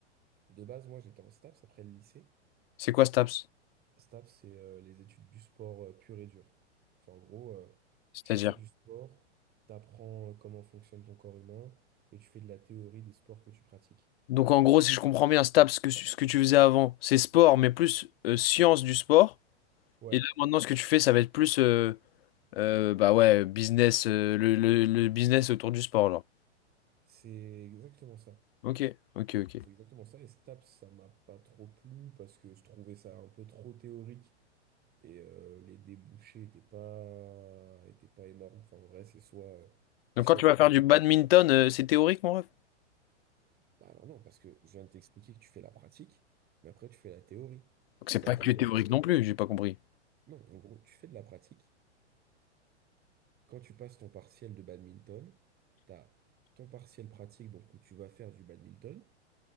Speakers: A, on the right; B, on the left.
A: de base, moi j'étais en STAPS après le lycée.
B: C'est quoi STAPS?
A: STAPS, c'est euh, les études du sport euh, pur et dur. Enfin, en gros, euh,
B: C'est-à-dire?
A: tu fais du sport, t'apprends euh, comment fonctionne ton corps humain et tu fais de la théorie des sports que tu pratiques.
B: Donc en gros, si je comprends bien, STAPS, ce que, ce que tu faisais avant, c'est sport, mais plus euh, science du sport.
A: Ouais,
B: Et là maintenant, ce que tu fais, ça va être plus euh, euh, bah ouais, business, euh, le, le- le business autour du sport, genre.
A: c'est exactement ça.
B: Ok, ok, ok.
A: C'est exactement ça. Et STAPS, ça m'a pas trop plu parce que je trouvais ça un peu trop théorique et euh, les débouchés étaient pas, étaient pas énormes. Enfin, en vrai, c'est soit,
B: Donc
A: soit
B: quand tu
A: pro.
B: vas faire du badminton, euh, c'est théorique, mon ref?
A: Bah alors non, parce que je viens de t'expliquer que tu fais la pratique, mais après tu fais la théorie.
B: Donc
A: C'est-à-dire,
B: c'est pas que théorique
A: euh,
B: non plus, j'ai pas compris.
A: non, en gros, tu fais de la pratique. Quand tu passes ton partiel de badminton, t'as ton partiel pratique, donc où tu vas faire du badminton,